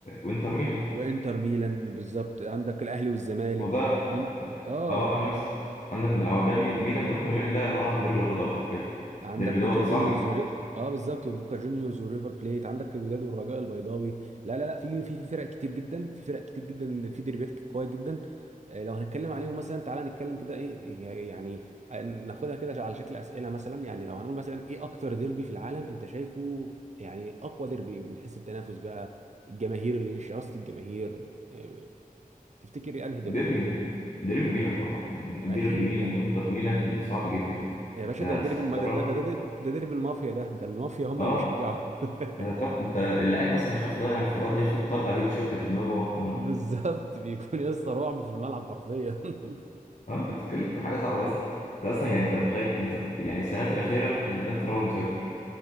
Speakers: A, on the left; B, on the right.
A: وانتر ميلان
B: وانتر ميلان بالظبط عندك الاهلي والزمالك
A: هو ده
B: عن اه
A: اه مثلا عندك ده هو ده مي- ميلان وانتر ميلان ده عباره عن ديربي الغضب حرفيا
B: عندك
A: ديربي دوت
B: بوكا جونيورز
A: صعب جدا
B: ور... اه بالظبط بوكا جونيورز وريفر بليت عندك الوداد والرجاء البيضاوي لا لا لا في في في فرق كتير جدا في فرق كتير جدا في ديربيات قويه جدا آه، لو هنتكلم عليهم مثلا تعالى نتكلم كده ايه إيه، يعني آه، ناخدها كده على شكل اسئله مثلا يعني لو هنقول مثلا ايه اكتر ديربي في العالم انت شايفه يعني اقوى ديربي من حيث التنافس بقى الجماهير شراسه الجماهير آه، تفتكر انهي ديربي
A: ديربي ميلان ديربي ميلان طبعا يعني ديربي
B: اكيد
A: ميلان
B: يعني
A: وانتر ميلان صعب جدا يعني
B: يا باشا
A: انت هتستغرب.
B: ده درب الم... ده ده ده ده ده درب المافيا ده ده المافيا هم
A: اه
B: اللي بيشجعوا <laughs>
A: انت تخاف انت اللعيب اصلا يخاف يضيع انفراد ياخد طلقه هيد شوت في دماغه وهو في الملعب
B: بالظبط بيكون يا اسطى رعب في الملعب حرفيا <laughs>
A: اه انت بتتكلم في حاجه صعبه اصلا انت اصلا يعني انت متخيل انت في... يعني السنوات الاخيره كان الانتر هو المسيطر